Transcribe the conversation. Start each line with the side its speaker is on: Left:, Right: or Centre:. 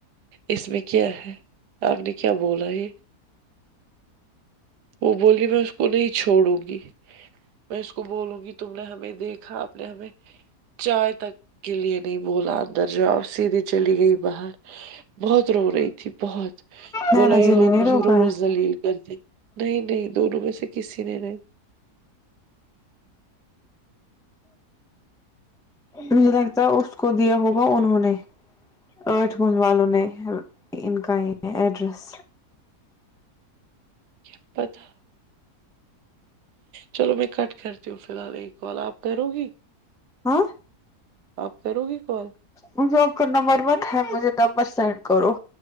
Right: اس میں کیا ہے آپ نے کیا بولا یہ وہ بولی میں اس کو نہیں چھوڑوں گی میں اس کو بولوں گی تم نے ہمیں دیکھا نے ہمیں چائے تک کے لیے نہیں بولا اندر جواب سیدھھی چلی گئی باہر بہت رو رہی تھی بہت
Centre: نینا
Right: بولا یہ
Centre: جی نے
Right: لوگ
Centre: نہیں
Right: مجھے
Centre: روکا
Right: روز
Centre: ہے
Right: دلیل کرتے نہیں نہیں دونوں میں سے کسی نے نہیں
Centre: مجھے لگتا ہے اس کو دیا ہوگا انہوں نے <unintelligible> آٹھ من والوں نے ان کا یہ ایڈریس
Right: کیا پتہ چلو میں کٹ کرتی ہوں فی الحال ایک بال آپ کرو گی
Centre: ہاں
Right: آپ کرو گی کال
Centre: مجھے آپ کا نمبر مت ہے مجھے نمبر سینڈ کرو <unintelligible>